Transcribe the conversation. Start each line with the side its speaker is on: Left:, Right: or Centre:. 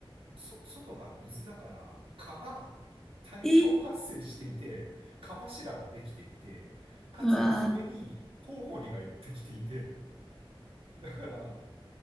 Right: そ、外が水だから、蚊が大量発生していて、
Centre: えー、
Right: 蚊柱ができていて、かつ、
Centre: うわー、
Right: それにコウモリが寄ってきていて、だから、